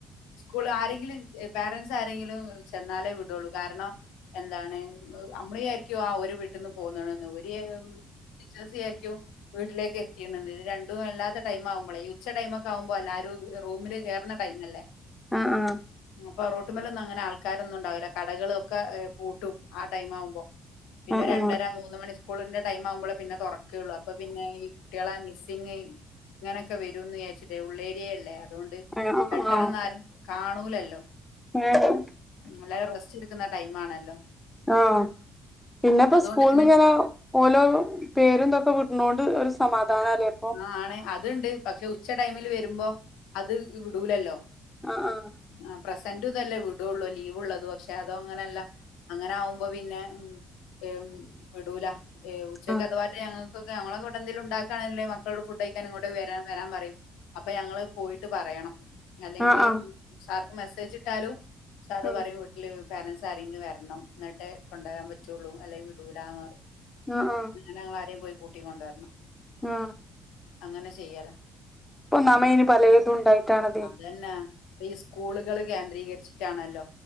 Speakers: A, on the left (about 65°); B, in the centre.
A: സ്കൂള് ആരെങ്കിലും ഏഹ് പേരൻ്റ്സ് ആരെങ്കിലും ചെന്നാലേ വിടോള്ളു കാരണം എന്താണ് അമ്മള വിയാരിക്കും ആഹ് ഓര് വീട്ട്ന്ന് പോന്ന്ണ്ന്ന് ഇവര് വിയാ ഉം ടീച്ചേഴ്സ് വിയാരിക്ക്യും വീട്ട്ലേക്ക് എത്തീണ്ന്ന് ഇത് രണ്ടും അല്ലാത്ത ടൈമാവുമ്പളെ ഈ ഉച്ച ടൈമൊക്കെ ആവുമ്പോ അല്ലാരും ഏഹ് റൂമില് കേറ്ണ ടൈമല്ലെ
B: ആഹ് ആഹ്
A: അപ്പൊ റോട്ട്മ്മലൊന്നും അങ്ങനെ ആൾക്കാരൊന്നും ഉണ്ടാവൂല കടകളൊ ക്കെ ഏഹ് പൂട്ടും ആ ടൈമാവുമ്പോ പിന്നെ
B: ആഹ് ആഹ്
A: രണ്ടര മൂന്ന് മണി സ്കൂള്ന്റെ ടൈമാവുമ്പളെ പിന്നെ തൊറക്കേള്ളു അപ്പം പിന്നെ ഈ കുട്ടിയളെ മിസ്സിങ് ഇങ്ങനെക്കെ വെരുംന്ന് വിയാര്ച്ചിട്ടേ ഉള്ളേരിയെല്ലേ അതുകൊണ്ട്
B: ആഹ്
A: പെട്ടണന്നാരും
B: ആഹ്
A: കാണൂല്ലല്ലോ
B: ആഹ്
A: ഉം എല്ലാരും റെസ്റ്റെട്ക്ക്ന്ന ടൈമാണല്ലോ
B: ആഹ് പിന്നെപ്പോ
A: അതുകൊണ്ട്
B: സ്കൂള്ന്ന്
A: പിന്നെ
B: ഇങ്ങനെ ഓലോ പേരും ഇതൊക്കെ വിട്നോണ്ട് ഒരു സമാധാനാല്ലേ ഇപ്പൊ
A: ആഹ് ആണ് അത്ണ്ട് പക്ഷേ ഉച്ച ടൈമില് വെരുമ്പോ അത് വിടൂല്ലല്ലോ
B: ആഹ് ആഹ്
A: ആഹ് പ്രസന്റ് ഇതല്ലേ വിടോള്ളു ലീവ്ള്ളതും പക്ഷേ അതോ അങ്ങനെയല്ലാ അങ്ങനെ ആവുമ്പോ പിന്നെ ഉം ഏഹ് ഉം വിടൂല ഏഹ് ഉച്ചൊക്കെ
B: ആഹ്
A: അഥവാറ്റേ ഞങ്ങൾക്കൊക്കെ ഞങ്ങളെക്കെ ഇവടെ എന്തേലും ഇണ്ടാക്കാണേല്ലേ മ ക്കളോട് ഫുഡ് കഴിക്കാൻ ഇങ്ങോട്ട് വെരാ വെരാൻ പറിം അപ്പൊ ഞങ്ങള് പോയിട്ട് പറയണം അല്ലെങ്കില്
B: ആഹ് ആഹ്
A: ഉം സാർക്ക് മെസ്സേജ് ഇട്ടാലും സാറ്
B: ആ
A: പറിം വീട്ടില് പേരൻസ് ആരെങ്കിലും വെര്ണം ഇന്നിട്ടേ കൊണ്ടോകാൻ പറ്റോള്ളു അല്ലെങ്കി വിടൂലാന്ന് പറിം
B: ആഹ് ആഹ്
A: ഇന്ന്ട്ട് ഞങ്ങളാരേം പോയി കൂട്ടിക്കൊണ്ടോര്ണം
B: ആ
A: അങ്ങനെ ചെയ്യാലെ
B: ഇപ്പം മാമയിന് പലേതുമുണ്ടായിട്ടാണതിന്
A: തന്നാ ഇപ്പം ഈ സ്കൂളുകള് കേന്ദ്രീകരിച്ചിട്ടാണല്ലോ